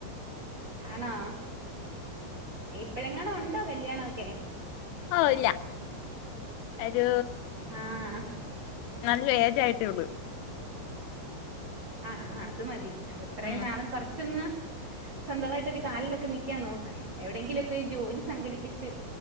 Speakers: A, on the right (about 75°); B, on the left (about 85°).
A: ആണോ ഇപ്പഴെങ്ങണോ ഉണ്ടോ കല്യാണൊക്കെ
B: ല്ല ഒരു
A: ആഹ്
B: നല്ല ഏജ ആയിട്ടേള്ളു
A: ആഹ ആ അത് മതി എത്രയും
B: ഉം
A: നാളും കൊറച്ചൊന്ന് സ്വന്തമായിട്ട് ഒരു കാലിലൊക്കെ നിക്കാൻ നോക്ക് എവിടെയെങ്കിലുംൊക്കെ ജോലി സംഘടിപ്പിിച്ചച്ച്